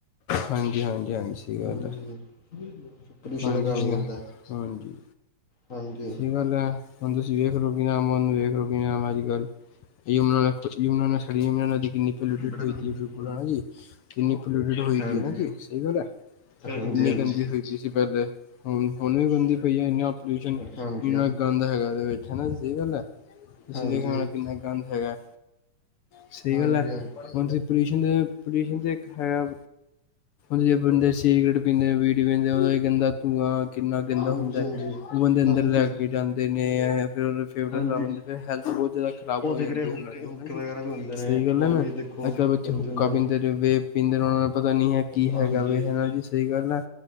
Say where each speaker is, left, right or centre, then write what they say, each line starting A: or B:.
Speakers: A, on the left (about 75°); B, on the left (about 40°).
A: ਹਾਂਜੀ ਹਾਂਜੀ ਹਾਂਜੀ ਸਹੀ ਗੱਲ
B: ਹਾਂਜੀ
A: ਆ
B: ਪੋਲਿਊਸ਼ਨ
A: ਹਾਂਜੀ
B: ਦਾ ਕਾਰਨ
A: ਸ
B: ਬਣਦਾ ਹੈ
A: ਹਜੀ।
B: ਹਾਂਜੀ
A: ਸਹੀ ਗੱਲ ਹੈ ਹੁਣ ਤੁਸੀਂ ਵੇਖ ਲੋ ਕਿ ਨਾ ਮਨ ਨੂੰ ਵੇਖ ਰ ਨਾਮ ਅਜ ਕ ਯਨਾਂ ਕਰਰੀਮ ਨਦੀ ਕਿੰਨੀ ਪੋਲਊਟਡ
B: ਬੜਾ
A: ਹੋਈ
B: ਹਾਂਜੀ
A: ਬਿਲਕੁਲ ਹੈ ਨਾ ਜੀ ਕਿੰਨੀ ਪੋਲਿਊਟਡ ਹੋਈ
B: ਹਾਂਜੀ
A: ਦੀ ਹੈ ਨਾ ਜੀ ਸਹੀ ਗੱਲ ਹੈ
B: ਹਾਂਜੀ
A: ਇੰਨੀ
B: ਹਾਂਜੀ
A: ਗੰਦੀ ਹੋਈ ਪ ਸੀ ਪਹਿਲੇ ਹੁਣ ਹੁਣ ਵੀ ਗੰਦੀ ਪਈ ਆ ਇੰਨਾ ਪੋਲਿਊਸ਼ਨ
B: ਹਾਂਜੀ
A: ਇੰਨਾ ਗੰਦ ਹੈਗਾ ਇਹਦੇ ਵਿੱਚ ਹਨ। ਸਹੀ ਗੱਲ ਹੈ ਤੁਸੀਂ
B: ਹਾਂਜੀ
A: ਦੇਖਿਆ ਹੋਣਾ ਕਿੰਨਾ ਗੰਦ ਹੈਗਾ ਸਹੀ
B: ਹਾਂਜੀ
A: ਗੱਲ ਐ, ਹੁਣ ਪੋਲਿਊਸ਼ਨ ਦੇ ਪੋਲਿਊਸ਼ਨ ਤੇ ਹੈ ਜੇ ਬੰਦੇ ਸਿਗੀਰਟ ਪੀਂਦੇ, ਬੀੜੀ ਪੀਂਦੇ ਉਹਦਾ ਗੰਦਾ ਧੂੰਆਂ ਕਿੰਨਾ ਗੰਦਾ
B: ਹਾਂਜੀ
A: ਹੁੰਦਾ,
B: ਹਾਂਜੀ
A: ਉਹ ਬੰਦੇ ਅੰਦਰ
B: ਹਾਂਜੀ
A: ਲੈ ਕੇ ਜਾਂਦੇ ਨੇ ਫਿਰ ਫੇਫੜੇ
B: ਹਾਂਜੀ
A: ਖਰਾਬ ਹੁੰਦੇ ਤੇ ਹੈਲਥ ਬਹੁਤ ਜ਼ਿਆਦਾ ਖਰਾਬ
B: ਉਹ
A: ਹੋ
B: ਤੇ
A: ਜਾਂਦੀ
B: ਵੀਰੇ ਹੁੱਕੇ
A: ਹੈ ਉਹ ਦੀ
B: ਹੁੱਕੇ
A: ਹਨਾ ਜੀ,
B: ਵਗੈਰਾ ਵੀ ਹੁੰਦੇ
A: ਸਹੀ
B: ਨੇ
A: ਗੱਲ
B: ਉਹ
A: ਹੈ ਨਾ?
B: ਵੀ ਦੇਖੋ
A: ਅੱਜ ਕੱਲ੍ਹ ਬੱਚੇ
B: ਗੰਦੇ
A: ਹੁੱਕਾ
B: ਹੁੰਦੇ
A: ਪੀਂਦੇ
B: ਨੇ
A: ਪੀਂਦੇ ਨੇ ਉਹਨਾਂ ਨੂੰ ਪਤਾ ਨ ਨਹੀਂ ਹੈ ਕੀ
B: ਹਾਂਜੀ
A: ਹੈਗਾ ਵੇ ਹੈ ਨਾ ਜੀ ਸਹੀ ਗੱਲ ਹੈ?